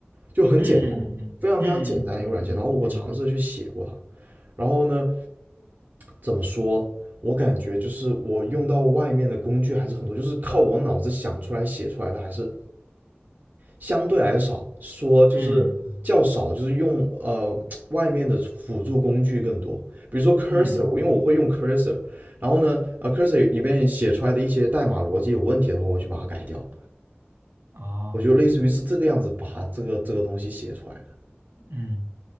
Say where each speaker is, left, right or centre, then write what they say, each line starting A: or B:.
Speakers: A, on the right; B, on the right.
A: 就很简单，
B: 嗯嗯嗯嗯嗯嗯嗯
A: 非常非常简单一个软件。然后我尝试着去写过它，然后呢，怎么说？我感觉就是我用到外面的工具还是很多，就是靠我脑子想出来写出来的，还是相对来少，说就是较少，
B: 嗯嗯嗯
A: 就是用呃外面的辅助工具更多，比如说 cursor，
B: 嗯嗯，
A: 我因为我会用 cursor，然后呢，呃，cursor 里面写出来的一些代码逻辑有问题的话，我就把它改掉，
B: 嗯哦，
A: 我就类似于是这个样子把它这个这个东西写出来的。
B: 嗯。